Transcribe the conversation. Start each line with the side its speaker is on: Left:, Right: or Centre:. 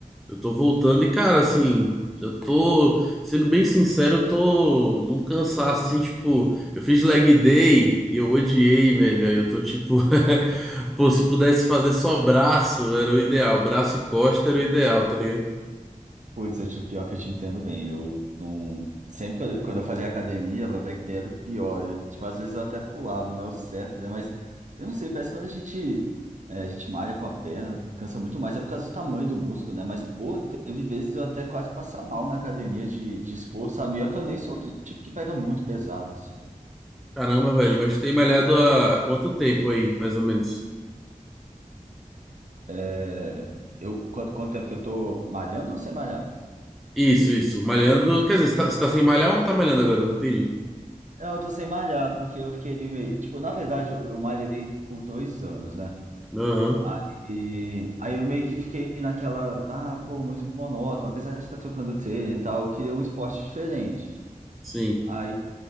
Centre: eu tô voltando e, cara, assim, eu tô, sendo bem sincero, eu tô num cansaço, assim, tipo, eu fiz leg day e eu odiei, velho. Aí eu tô tipo, <laughs> pô, se pudesse fazer só braço, era o ideal, braço e costa era o ideal, tá ligado?
Right: Pois é, tipo, pior que eu te entendo bem. Eu não. Sempre quando eu quando eu fazia academia, ela era a ideia do pior. Eu, tipo, às vezes eu até pulava, não é o certo, né? Mas eu não sei, parece que quando a gente, é, a gente malha com a perna, cansa muito mais, é por causa do tamanho do músculo, né? Mas, pô, teve vezes eu até quase passar mal na academia de, de esforço, sabe? E Olha que eu nem sou do tipo que pega muito pesado, assim.
Centre: Caramba, velho, mas tem malhado há há quanto tempo aí, mais ou menos?
Right: É, eu, quanto, quanto tempo que eu tô malhando ou sem malhar?
Centre: Isso, isso. Malhando. Quer dizer, você tá, você tá sem malhar ou tá malhando agora? Eu Não entendi.
Right: Não, eu tô sem malhar, porque eu fiquei meio. Tipo, na verdade, eu, eu malhei por dois anos, né?
Centre: Aham.
Right: Aí, aí eu meio que fiquei naquela. Ah, pô, muito monótono, apesar de estar trocando treino e tal, eu queria um esporte diferente.
Centre: Sim,
Right: Aí